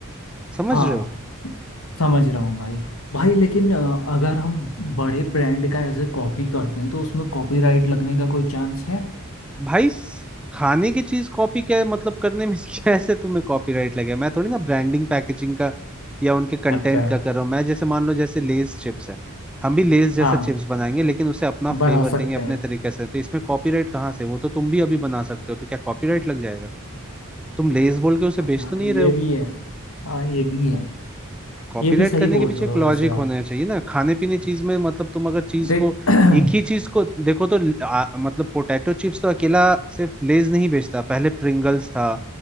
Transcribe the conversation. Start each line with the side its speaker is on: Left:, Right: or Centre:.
Centre: समझ
Left: हाँ
Centre: रहे हो
Left: समझ रहा हूँ भाई भाई लेकिन अ, अगर हम बड़े ब्रांड का ऐसे कॉपी करते हैं तो उसमें कॉपीराइट लगने का कोई चांस है
Centre: भाई स- खाने की चीज कॉपी क्या मतलब करने में <laughs> कैसे तुम्हें कॉपीराइट लगे मैं थोड़ी ना ब्रांडिंग पैकेजिंग का या उनके कंटेंट
Left: अच्छा
Centre: का कर रहा हूँ मैं जैसे मान लो जैसे लेस चिप्स है हम भी लेस जैसा
Left: हाँ
Centre: चिप्स बनाएंगे लेकिन उसे अपना
Left: बना
Centre: फ्लेवर देंगे
Left: सकते
Centre: अपने
Left: हैं
Centre: तरीके से तो इसमें कॉपीराइट कहाँ से वो तो तुम भी अभी बना सकते हो तो क्या कॉपीराइट लग जाएगा तुम लेस बोल के उसे
Left: अच्छा
Centre: बेच तो नहीं रहे
Left: ये
Centre: हो
Left: भी है हाँ ये भी है
Centre: कॉपीराइट
Left: ये भी सही
Centre: करने
Left: बोल
Centre: के पीछे
Left: रहे
Centre: एक
Left: हो
Centre: लॉजिक
Left: वैसे आप
Centre: होना चाहिए ना खाने पीने चीज में मतलब तुम अगर चीज
Left: देख
Centre: को
Left: <clears throat>
Centre: एक ही चीज को देखो तो आ, मतलब पोटैटो चिप्स तो अकेला सिर्फ लेज नहीं बेचता पहले प्रिंगल्स था